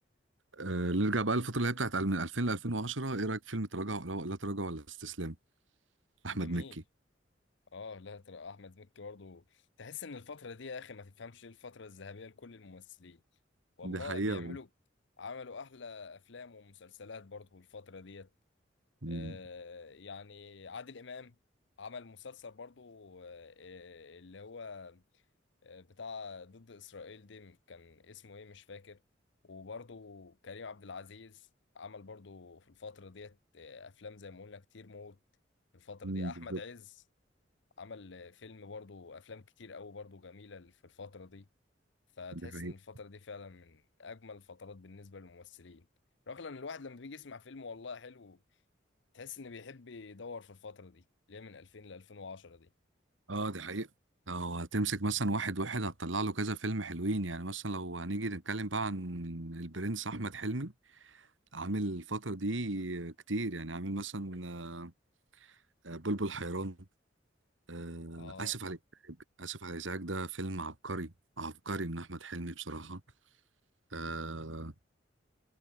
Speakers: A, on the right; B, on the left.
A: أه نرجع بقى للفترة اللي هي بتاعت من 2000 ل 2010 إيه رأيك في فيلم تراجع ولا لا تراجع ولا استسلام أحمد
B: جميل
A: مكي
B: اه لا ترى احمد مكي برضه تحس ان الفتره دي يا اخي ما تفهمش ليه الفتره الذهبيه لكل الممثلين والله
A: دي حقيقة
B: بيعملوا عملوا احلى افلام ومسلسلات برضه الفتره ديت
A: مم.
B: آه يعني عادل امام عمل مسلسل برضه آه آه، اللي هو آه بتاع ضد اسرائيل دي كان اسمه ايه مش فاكر وبرضه كريم عبد العزيز عمل برضه في الفتره ديت آه افلام زي ما قلنا كتير موت في الفتره
A: مم،
B: دي
A: بالظبط
B: احمد عز عمل فيلم برضو افلام كتير قوي برضو جميله في الفتره دي فتحس
A: دي حقيقة
B: ان الفتره دي فعلا من اجمل الفترات بالنسبه للممثلين رغم ان الواحد لما بيجي يسمع فيلم والله حلو تحس انه بيحب يدور في الفتره دي اللي هي من 2000 ل 2010 دي
A: اه دي حقيقة لو هتمسك مثلا واحد واحد هتطلع له كذا فيلم حلوين يعني مثلا لو هنيجي نتكلم بقى عن البرنس أحمد حلمي عامل الفترة دي كتير يعني عامل مثلا آه، آه، بلبل حيران آه،
B: اه
A: آسف عليك آسف على الإزعاج ده فيلم عبقري عبقري من أحمد حلمي بصراحة آه،